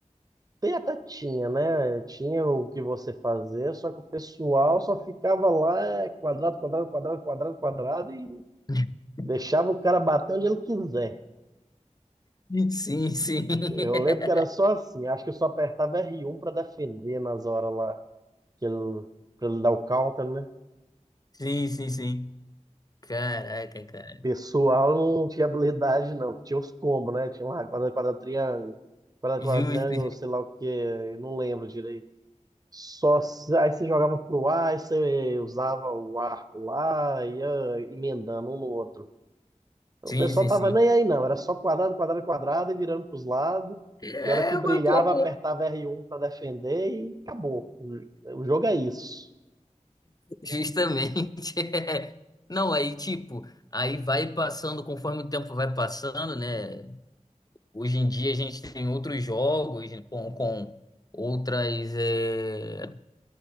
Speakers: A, on the right (about 30°); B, on the left (about 30°).
A: Tem até tinha, né? Tinha o que você fazer, só que o pessoal só ficava lá, é, quadrado, quadrado, quadrado, quadrado, quadrado, e
B: <laughs>
A: deixava o cara bater onde ele quiser.
B: Sim, sim.
A: Eu lembro que era
B: <laughs>
A: só assim, acho que eu só apertava R1 para defender nas horas lá, que ele, pra ele dar o counter, né?
B: Sim, sim, sim. Caraca, cara.
A: Pessoal não tinha habilidade, não. Tinha os combos, né? Tinha lá, quadrado, quadrado, triângulo, quadrado,
B: Justo.
A: quadrado, triângulo, sei lá o que, não lembro direito. Só se- aí você jogava pro ar, aí você usava o arco lá, ia emendando um no outro. O
B: Sim,
A: pessoal
B: sim,
A: tava
B: sim.
A: nem aí não, era só quadrado, quadrado, quadrado e virando pros lados.
B: É,
A: E a hora que
B: eu
A: brilhava,
B: concordo.
A: apertava R1 para defender e acabou. O o jogo é isso.
B: Justamente. <laughs> Não, aí, tipo, aí vai passando, conforme o tempo vai passando, né? Hoje em dia a gente tem outros jogos né, com, com outras. É,